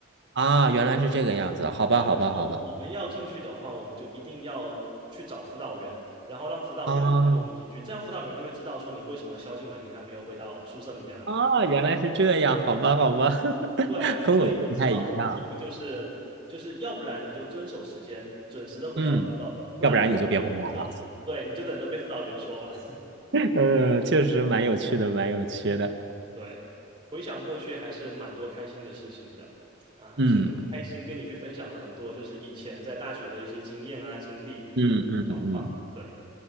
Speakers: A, on the right; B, on the right.
A: 啊，原来是这个样子，好吧，
B: 对，
A: 好吧，
B: 然后我们要进去的话，
A: 好吧。
B: 我们就一定要去找辅导员，然后让辅导员带我们进去，
A: 啊。
B: 这样辅导员就会知道说你为什么宵禁了，你还没有回到宿舍里面来。
A: 哦，原来是这样，好吧，好吧，<laughs>
B: 对，
A: 和我们不太一样。
B: 所以你知道我们后面就是就是要不然你就遵守时间，准时的回到宿舍，
A: 嗯，
B: 不然的话你就等着，
A: 要不然你就别回来了。
B: 对，你就等着被辅导员说吧。<laughs>
A: <laughs> 嗯，确实蛮有趣的，蛮有趣的。
B: 对，回想过去还是蛮多开心的事情的啊，
A: 嗯
B: 今天很开心跟你去分享了很多就是以前在大学的一些经验啊经历，非
A: 嗯嗯嗯，
B: 常棒。对，